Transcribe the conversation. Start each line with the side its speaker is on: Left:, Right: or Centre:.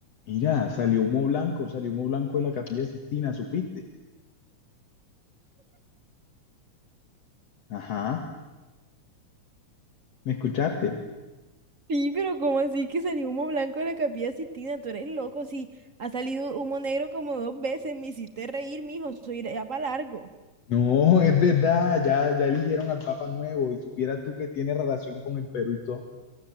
Left: Mira, salió humo blanco, salió humo blanco de la Capilla Sistina, ¿supiste? Ajá, ¿me escuchaste?
Right: Sí, pero ¿cómo así que salió humo blanco de la Capilla Sistina? Tú eres loco, sí. Ha salido humo negro como dos veces. Me hiciste reír, mijo. Soy ya para largo.
Left: No, es verdad, ya, ya eligieron al Papa nuevo y supieras tú que tiene relación con el Perú y todo.